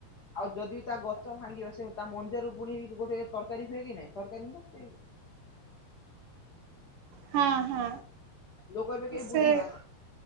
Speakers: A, on the left (about 60°); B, on the right (about 70°).
A: ଆଉ ଯଦି ତା ଗଛ ଭାଙ୍ଗିବ ସେ ତା ମଞଜିରୁ ପୁଣି ଗୋଟେ ତରକାରୀ ହୁଏ କି ନାଇଁ ତରକାରୀ ନା ସେ
B: ହଁ ହଁ।
A: ଲୋକ ଏବେ କେହି
B: ସେ
A: ବୁଝୁନାହାନ୍ତି।